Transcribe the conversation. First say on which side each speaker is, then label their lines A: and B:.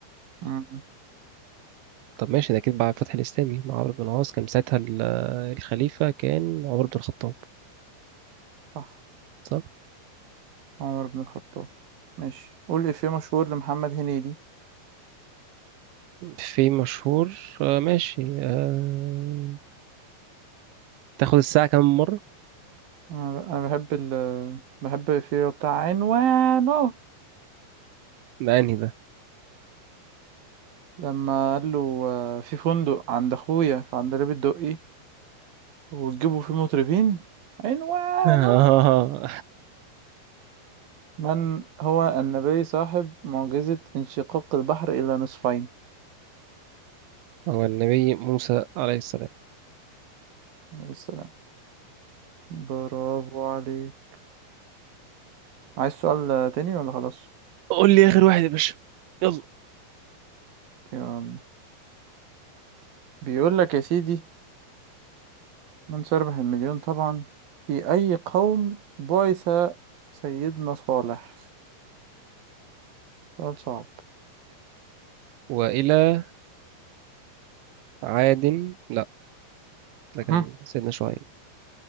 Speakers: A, on the right (about 55°); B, on the right (about 80°).
A: مم.
B: طب ماشي ده أكيد بعد الفتح الإسلامي مع عمرو بن العاص كان ساعتها ال- الخليفة كان عمر بن الخطاب
A: صح
B: صح؟
A: عمر بن الخطاب ماشي قول إفيه مشهور لمحمد هنيدي
B: في مشهور آه ماشي آه... تاخد الساعة كم مرة؟
A: أنا ب- أنا بحب ال بحب الإفيه بتاع عنوانه
B: ده أنهي ده؟
A: لما قال له آه، في فندق عند اخويا في عندليب الدقي وتجيبوا فيه مطربين عنوانه
B: <laughs> آه.
A: من هو النبي صاحب معجزة انشقاق البحر إلى نصفين
B: هو النبي موسى عليه السلام
A: عليه السلام برافو عليك عايز سؤال آه، تاني ولا خلاص
B: قول لي آخر واحد يا باشا يلا
A: يعني بيقول لك يا سيدي من سيربح المليون طبعا في أي قوم بعث سيدنا صالح سؤال صعب
B: وإلى عاد لا ده كان
A: هم.
B: سيدنا شعيب